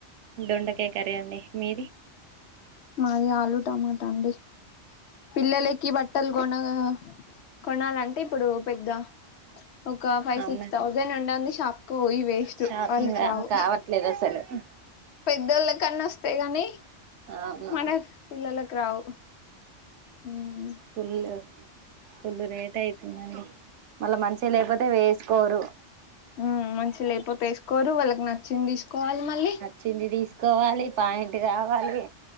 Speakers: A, on the right; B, on the left.
A: దొండకాయ కరీ అండి మీది
B: మాది ఆలు టమాటా అండి పిల్లలకి బట్టలు కొనా కొనాలంటే ఇప్పుడు పెద్ద ఒక ఫైవ్
A: అవునండి
B: సిక్స్ థౌజండ్ ఉండంది షాప్ కోయి వేస్ట్
A: షాపింగ్
B: వాళ్ళకి రావు
A: కావట్లేదు అసలు
B: పెద్దోళ్ళ కన్నా వస్తాయి గాని
A: అవును
B: మనకు పిల్లలకు రావు ఉమ్
A: ఫుల్ ఫుల్ రేట్ అయితుందండి మళ్ళా మంచిగా లేకపోతే వేసుకోరు
B: ఊ మంచి లేకపోతే వేసుకోరు వాళ్ళకి నచ్చింది తీసుకోవాలి మళ్ళీ
A: చింది తీసుకోవాలి పాయింట్ కావాలి